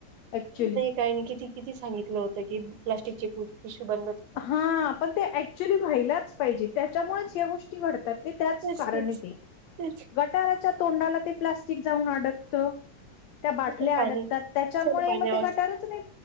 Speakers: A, on the left (about 65°); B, on the right (about 70°).
A: ऍक्च्युली.
B: टाईम किती. किती सांगितलं होत की प्लास्टिकचे पिशू बन
A: हा पण ते ऍक्च्युली व्हायलाच पाहिजे त्याच्यामुळेच या गोष्टी घडतात ते त्याच
B: तेच
A: कारण
B: तेच
A: ते
B: तेच
A: गटाराच्या तोंडाला ते प्लास्टिक जाऊन अडकत त्या बाटल्या
B: नुसतं पाणी
A: अडकतात त्याच्यामुळे
B: चल पाण्यावर
A: मग ते गटारच नाही